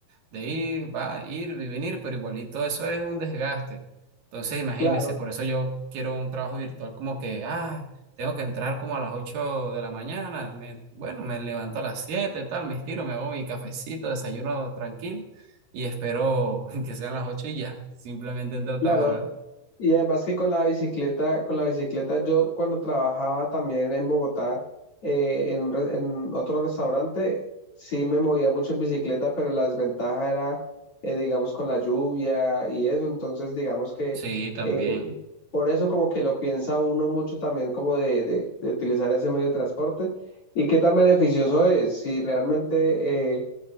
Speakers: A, on the right; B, on the left.
A: de ir, va, ir y venir, pero igualito eso es un desgaste. Entonces, imagínense,
B: Claro,
A: por eso yo quiero un trabajo virtual como que, ah, tengo que entrar como a las 8 de la mañana, me, bueno, me levanto a las 7 tal, me estiro, me hago mi cafecito, desayuno tranquilo y espero <laughs> que sean las 8 y ya, simplemente entro a
B: claro.
A: trabajar, ¿verdad?
B: Y además que con la bicicleta, con la bicicleta, yo cuando trabajaba también en Bogotá, eh, en, un re- en otro restaurante, sí me movía mucho en bicicleta, pero la desventaja era, eh, digamos, con la lluvia y eso. Entonces, digamos que
A: Sí, también,
B: eh, por eso como que lo piensa uno mucho también como de, de- de utilizar ese medio de transporte y qué tan beneficioso es. Si realmente... eh,